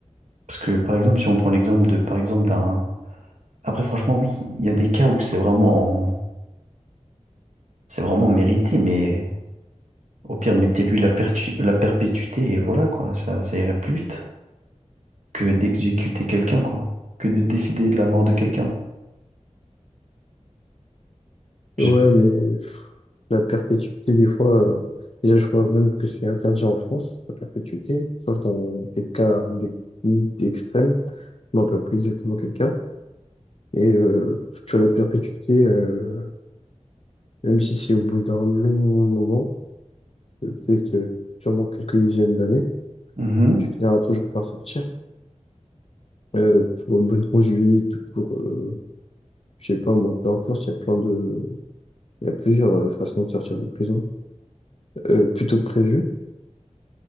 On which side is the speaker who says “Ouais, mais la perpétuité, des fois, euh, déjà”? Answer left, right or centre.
Left